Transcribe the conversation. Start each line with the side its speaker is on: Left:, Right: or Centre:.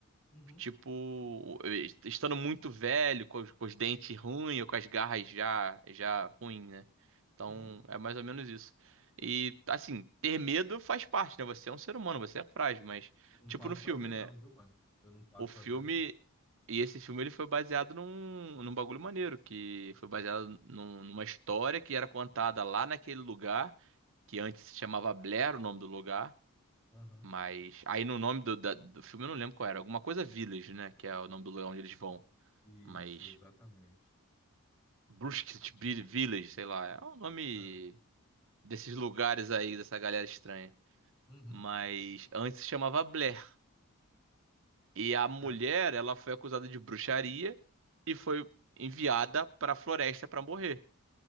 Left: uhum,
Right: Tipo, eh, estando muito velho, com os, com os dentes ruins, ou com as garras já, já ruim, né? Então,
Left: uhum.
Right: é mais ou menos isso. E, assim, ter medo faz parte, né? Você é um ser humano, você é frágil, mas,
Left: Eu não
Right: tipo
Left: pago
Right: no filme,
Left: pra ver,
Right: né?
Left: não, viu, mano? Eu não pago
Right: O
Left: pra
Right: filme,
Left: ver, não.
Right: e esse filme, ele foi baseado num, num bagulho maneiro, que foi baseado num- numa história que era contada lá naquele lugar, que antes se chamava Blair, o nome do lugar.
Left: Aham.
Right: Mas aí no nome do, da- do filme eu não lembro qual era. Alguma coisa Village, né? Que é o nome do lugar onde eles vão.
Left: Isso,
Right: Mas
Left: exatamente.
Right: Brusque Vi- Village, sei lá. É o nome
Left: É.
Right: desses lugares aí, dessa galera estranha.
Left: Uhum.
Right: Mas antes se chamava Blair. E a mulher,
Left: É.
Right: ela foi acusada de bruxaria e foi enviada pra floresta pra morrer.